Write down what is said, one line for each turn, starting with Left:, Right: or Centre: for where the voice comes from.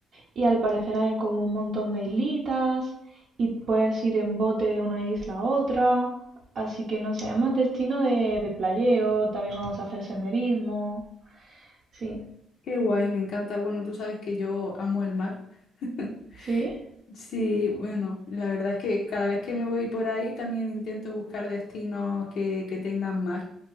Right: Y al parecer hay como un montón de islitas y puedes ir en bote de una isla a otra. Así que no sé, es más destino de, de playeo, también vamos a hacer senderismo. Sí,
Left: Qué guay, me encanta. Bueno, tú sabes que yo amo el mar. <laughs>
Right: sí,
Left: Sí, bueno, la verdad es que cada vez que me voy por ahí también intento buscar destinos que, que tengan mar.